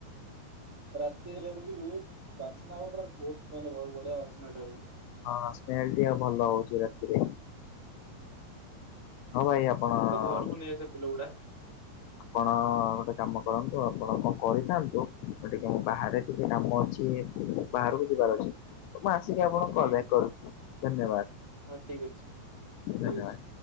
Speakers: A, on the right (about 85°); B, on the left (about 80°).
A: ରାତିିବାକୁ ଯିବୁ ବାସ୍ନା ହବ ପୁରା ବୋହୁତ ମାନେ ବଢିଆ ବାସ୍ ଟାକୁ
B: ହଁ ସ୍ମେଲ ଟ ଭଲ ହୋଉଚି ରାତିରେ। ହଁ ଭାଇ ଆପଣ
A: ମୁଁ ତ ଘରକୁ ନେଇ ଆସ ଫୁଲ ଗୁଡା।
B: ଆପଣ ଗୋଟେ କାମ କରନ୍ତୁ ଆପଣ କଣ କହିଥାନ୍ତୁ ବାହାରେ ଟିକେ କାମ ଅଛି। ବାହାରକୁ ଯିବାର ଅଛି, ମୁଁ ଆସିକି ଆପଣଙ୍କୁ
A: ହୁଁ
B: କଲ ବକ୍ କରୁଛି ଧନ୍ୟବାଦ।
A: ହଁ ଠିକ ଅଛି ଠିକ
B: ଧନ୍ୟବାଦ।
A: ଅଛି।